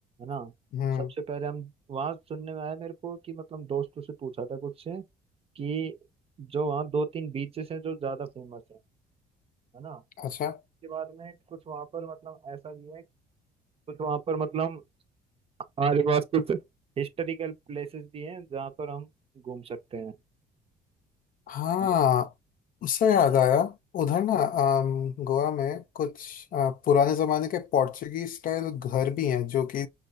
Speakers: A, on the right; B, on the left.
A: ना
B: हम्म
A: सबसे पहले हम वहां सुनने में आया मेरे को कि मतलब दोस्तों से पूछा था कुछ से कि जो वहाँ दो तीन बीचेस हैं जो ज्यादा फेमस हैं है ना
B: अच्छा
A: उसके बाद में कुछ वहाँ पर मतलब ऐसा भी है कुछ वहाँ पर मतलब हमारे पास कुछ हिस्टोरिकल प्लेसेस भी हैं जहाँ पर हम घूम सकते हैं
B: हाँ
A: है ना
B: उससे याद आया उधर ना अम, गोवा में कुछ अ, पुराने जमाने के पोर्चुगीज स्टाइल घर भी हैं जो कि